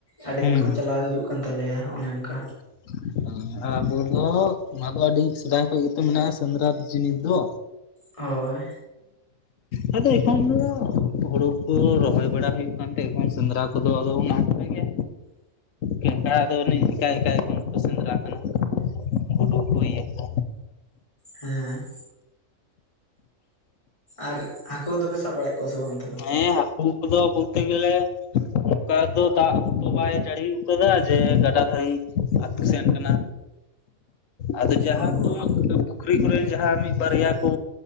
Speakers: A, on the left; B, on the left.
A: ᱟᱹᱰᱤ
B: ᱦᱮᱸ
A: ᱫᱤᱱ ᱠᱷᱚᱱ
B: ᱦᱮᱸ
A: ᱪᱟᱞᱟᱣ ᱦᱤᱡᱩᱜ ᱠᱟᱱ ᱛᱟᱞᱮᱭᱟ ᱚᱱᱮ ᱚᱱᱠᱟ।
B: <unintelligible> ᱦᱮᱸ। ᱦᱮᱸ ᱟᱨ ᱟᱹᱵᱩ ᱫᱚ ᱚᱱᱟ ᱫᱚ ᱟᱹᱰᱤ ᱥᱮᱫᱟᱭ ᱠᱷᱚᱡ ᱜᱮᱛᱚ ᱢᱮᱱᱟᱜᱼᱟ ᱥᱮᱸᱫᱽᱨᱟᱫ ᱡᱤᱱᱤᱥ ᱫᱚ
A: ᱦᱳᱭ।
B: ᱦᱩᱸ, ᱟᱫᱚ ᱮᱠᱷᱚᱱ ᱫᱚ ᱦᱩᱲᱩ ᱠᱚ ᱨᱚᱦᱚᱭ ᱵᱟᱲᱟ ᱦᱩᱭᱩᱜ ᱠᱟᱱ ᱛᱮᱸ ᱮᱠᱷᱚᱱ ᱥᱮᱸᱫᱽᱨᱟ ᱠᱚᱫᱚ ᱟᱫᱚ ᱚᱱᱟ ᱠᱚᱨᱮ ᱜᱮ ᱠᱮᱸᱠᱟᱬᱟᱫ ᱟᱫᱚ ᱩᱱᱤ ᱮᱠᱟᱭ ᱮᱠᱟᱭ ᱠᱷᱚᱱ ᱜᱮ ᱠᱚ ᱥᱮᱸᱫᱽᱨᱟ ᱠᱟᱱᱟ। ᱜᱩᱰᱩ ᱠᱚ ᱤᱭᱟᱹ ᱠᱚ
A: ᱦᱮᱸ। ᱟᱨ ᱦᱟᱠᱳ ᱫᱚᱯᱮ ᱥᱟᱵ ᱵᱟᱲᱟᱭᱮᱫ ᱠᱚᱣᱟ ᱥᱮ ᱵᱟᱝ ᱚᱱᱛᱮ ᱫᱚ?
B: ᱦᱮᱸ ᱦᱟᱹᱠᱩ ᱠᱚᱫᱚ ᱵᱚᱞᱛᱮ ᱜᱮᱞᱮ ᱚᱝᱠᱟ ᱫᱚ ᱫᱟᱜ ᱦᱚᱸᱛᱚ ᱵᱟᱭ ᱡᱟᱹᱲᱤ ᱟᱠᱟᱫᱟ ᱡᱮ ᱜᱟᱰᱟ ᱫᱷᱟᱣᱤᱡ ᱟᱹᱛᱩ ᱥᱮᱱ ᱠᱟᱱᱟ। ᱟᱫᱚ ᱡᱟᱦᱟᱸ
A: ᱚ
B: ᱫᱚ <unintelligible> ᱯᱩᱠᱷᱨᱤ ᱠᱚᱨᱮ ᱡᱟᱦᱟᱸ ᱢᱤᱫ ᱵᱟᱨᱭᱟ ᱠᱚ